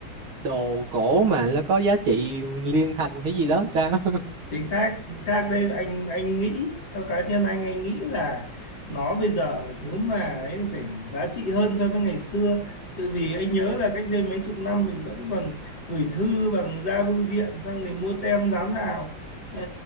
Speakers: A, on the right; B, on the left.
A: đồ cổ mà nó có giá trị liên thành hay gì đó sao
B: chính xác chính xác đây anh anh nghĩ theo cá nhân anh anh nghĩ là nó bây giờ nếu mà ấy phải giá trị hơn so với ngày xưa tự vì anh nhớ là cách đây mấy chục năm mình vẫn còn gửi thư bằng ra bưu điện xong thì mua tem dán vào Ờ,